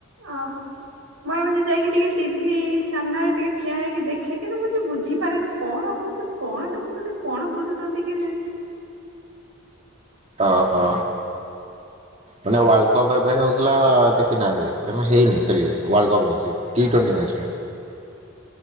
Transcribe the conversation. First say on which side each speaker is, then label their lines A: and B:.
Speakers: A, on the right; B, on the right.
A: ଆ ହୋ। ମୁଁ ଏମିତି ଯାଇକି ଟିକିଏ ଟିଭି ସାମ୍ନାରେ ଟିକେ ଠିଆ ହେଇକି ଦେଖେ କିନ୍ତୁ ମୁଁ କିଛି ବୁଝିପାରେନି କଣ ହଉଛି। କଣ ଦେଖୁଛନ୍ତି କଣ ବୁଝୁଛନ୍ତି କିଏ ଜାଣି।
B: ଅ ହ। ମାନେ ୱାର୍ଲଡ କପ୍ ଏବେ ହଉଥିଲା ଦେଖିନାହାନ୍ତି ଏବେ ହେଇନି ସରି ୱାର୍ଲ କପ କହୁଛି। ଟି ଟ୍ୱଣ୍ଟି୍ ମ୍ୟାଚ ଟା